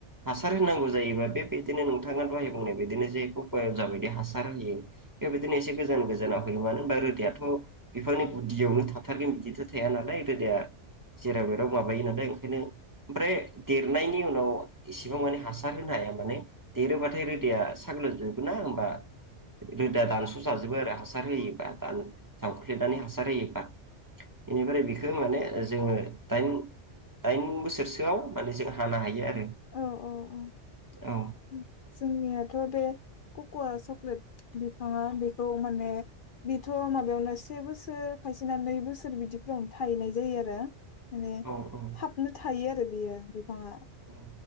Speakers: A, on the right; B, on the left.
A: हासार होनांगौ। जायोबा बेबायदिनो नोंथाङा दहाय बुंनाय बादिनो जेखौ खयायाव जाबायदि हास बार होयो बेबादिनो एसे गोजान गोजानाव होयो मानो होनबा रोदायाथ' बिफांनि गुदियावनो थाथारगोन बिदिथ' थाया नालाय रोदाया जेराव मेराव माबायो नालाय ओंखायनो ओमफ्राय देरनायनि उनाव एसेबां माने हासार होनो हाया माने देरोबाथाय रोदाया साग्लोबजोब ना होमबा रोदा दानस' जाजोबबो आरो हासार होयोबा दान जावफ्लेनानै हास हासार होयोबा इनिफ्राय बे खो माने जोङो दाइन दाइन बोसोरसोआव माने जों हानो हायो आरो।
B: औ औ औ ओम
A: औ
B: जोंनियाथ' बे कक'आ चक्लेट बिफाङा बेखौ माने बिथ' माबायावनो से बोसोर खायसेना नै बोसोर बिदिफोरावनो थायहैनाय जायो आरो। माने
A: औ औ
B: थाबनो थायो आरो बियो बिफाङा।
A: औ